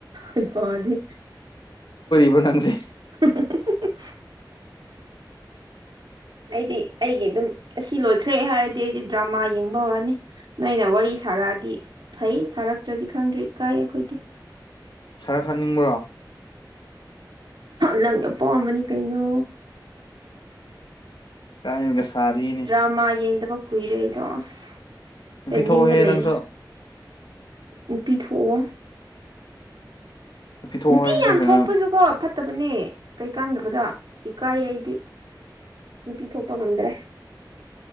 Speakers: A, on the right; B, on the left.
A: ꯌꯩꯄꯗꯤ
B: ꯑꯗꯨ ꯅꯪꯁꯦ
A: <unintelligible> ꯑꯩꯗꯤ ꯑꯩꯒꯤ ꯑꯗꯨꯝ ꯑꯁꯤ ꯂꯣꯏꯈ꯭ꯔꯦ ꯍꯥꯏꯔꯗꯤ ꯑꯩꯗꯤ ꯗ꯭ꯔꯃꯥ ꯌꯦꯡꯕ ꯍꯧꯔꯅꯤ ꯅꯣꯏꯅ ꯋꯥꯔꯤ ꯁꯥꯔꯛꯑꯗꯤ ꯐꯩ ꯁꯥꯔꯛꯇ꯭ꯔꯗꯤ ꯈꯪꯗ꯭ꯔꯦ ꯀꯥꯏ ꯑꯩꯈꯣꯏꯗꯤ
B: ꯁꯔꯛꯍꯟꯅꯤꯡꯕ꯭ꯔꯣ
A: ꯅꯪꯒ ꯑꯄꯥꯝꯕꯅꯤ ꯀꯩꯅꯣ
B: ꯀꯥꯏꯕꯒ ꯁꯥꯔꯤꯅꯦ
A: ꯗ꯭ꯔꯃꯥ ꯌꯦꯡꯗꯕ ꯀꯨꯏꯔꯦ ꯑꯩꯗꯣ ꯑꯁ
B: ꯅꯨꯄꯤ
A: ꯇꯦꯟꯗꯤꯡꯗ
B: ꯊꯣꯛꯑꯣꯍꯦ
A: ꯂꯩꯔꯦ
B: ꯅꯪꯁꯨ
A: ꯅꯨꯄꯤ ꯊꯣꯛꯑꯣ
B: ꯊꯣꯛꯑꯣ
A: ꯅꯨꯄꯤ
B: ꯍꯥꯏꯕꯁꯦ
A: ꯌꯥꯝ
B: ꯀꯩꯅꯣ
A: ꯊꯣꯛꯄꯁꯨ ꯀꯣ ꯐꯠꯇꯕꯅꯦ ꯀꯩꯀꯥꯟꯗꯕꯗ ꯏꯀꯥꯏ ꯑꯩꯗꯤ ꯅꯨꯄꯤ ꯊꯣꯛꯄ ꯉꯝꯗ꯭ꯔꯦ